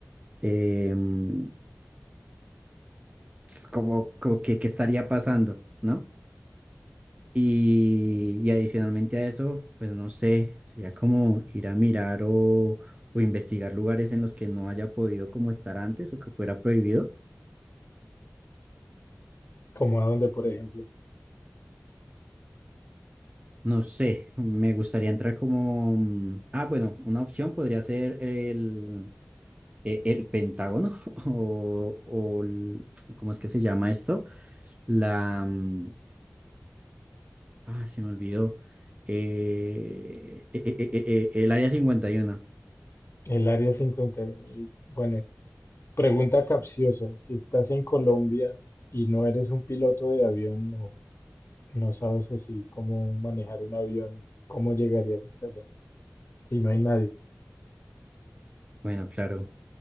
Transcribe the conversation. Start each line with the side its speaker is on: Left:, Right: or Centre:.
Right: eh, mm, pues, como, como que, que estaría pasando, ¿no? Y, y adicionalmente a eso, pues no sé, sería como ir a mirar o, o investigar lugares en los que no haya podido como estar antes o que fuera prohibido
Left: Como a dónde, por ejemplo?
Right: No sé, me gustaría entrar como... mm, Ah, bueno, una opción podría ser el, e- el Pentágono <laughs> o, o el- ¿Cómo es que se llama esto? La... mm, Ah, se me olvidó. eh, e- e- e- e- e, el Área 51.
Left: El área 51. Y uno. Y bueno, pregunta capciosa. Si estás en Colombia y no eres un piloto de avión, no, no sabes así cómo manejar un avión, cómo llegarías hasta allá. Si no hay nadie.
Right: Bueno, claro.